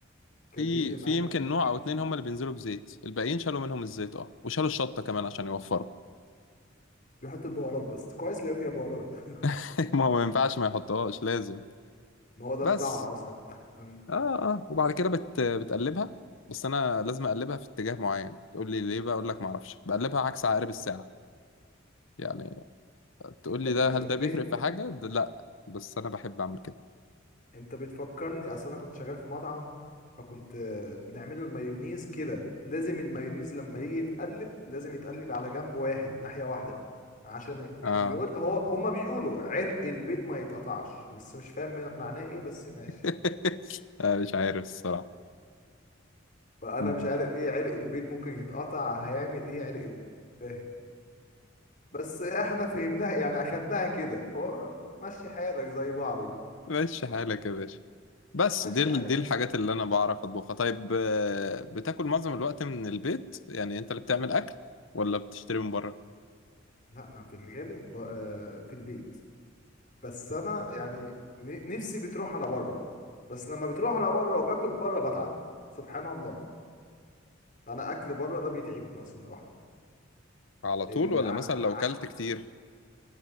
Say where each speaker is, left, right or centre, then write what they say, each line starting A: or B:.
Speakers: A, on the left; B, on the left.
A: كان
B: في
A: بينزل معاك
B: في يمكن
A: <laughs>
B: نوع
A: كتير.
B: او اتنين هم اللي بينزلوا بزيت الباقيين شالوا منهم الزيت اه وشالوا الشطه كمان عشان يوفروا
A: بيحط البهارات بس كويس اللي هي فيها بهارات <laughs>
B: <laughs> ما هو ما ينفعش ما يحطوهاش لازم
A: ما هو ده
B: بس
A: الطعم اصلا <laughs> مم.
B: اه اه وبعد كده بت بتقلبها بس انا لازم اقلبها في اتجاه معين تقول لي ليه بقى اقول لك ما اعرفش بقلبها عكس عقارب الساعه يعني تقول
A: انت
B: لي
A: بتشبهني
B: ده هل ده بيفرق في حاجه ده لا بس انا بحب اعمل كده
A: انت بتفكرني اصل انا كنت شغال في مطعم فكنت آه، بنعمله المايونيز كده لازم المايونيز لما يجي يتقلب لازم يتقلب على جنب واحد ناحية واحدة عشان مش
B: اه
A: بيقول هو هما بيقولوا عرق البيض ما يتقطعش بس مش فاهم من- معناه ايه بس ماشي
B: <laughs> آه، مش عارف الصراحه
A: فانا
B: <laughs>
A: مش عارف ايه عرق البيض ممكن يتقطع هيعمل ايه عرق البيض فاهم بس احنا فهمناها يعني اخدناها كده فهو مشي حالك زي بعضه
B: ماشي حالك يا باشا بس
A: مشي
B: دي ال-
A: حالك
B: دي الحاجات اللي انا بعرف اطبخها طيب آه، بتاكل معظم الوقت من البيت يعني انت اللي بتعمل اكل ولا بتشتري من بره
A: لا انا في الغالب ب- آه، في البيت بس انا يعني ن- نفسي بتروح على بره بس لما بتروح على بره وباكل بره بتعب سبحان الله انا اكل بره ده بيتعبني اصلا الواحد
B: على طول
A: ال...
B: ولا
A: ع...
B: مثلا لو
A: ع...
B: كلت كتير